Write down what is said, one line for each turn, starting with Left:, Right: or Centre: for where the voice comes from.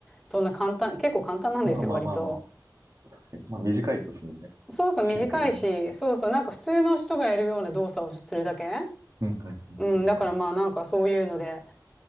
Centre: そんな簡単、結構簡単なんですよ、
Right: まあまあまあま
Centre: 割と。
Right: あ。確かに。まあ短いですもんね。
Centre: そうそう、
Right: シンプルに。
Centre: 短いし、そうそう、なんか普通の人がやるような動作をするだけ。
Right: うんう
Centre: うん、
Right: んうん
Centre: だからまあなんかそういうので、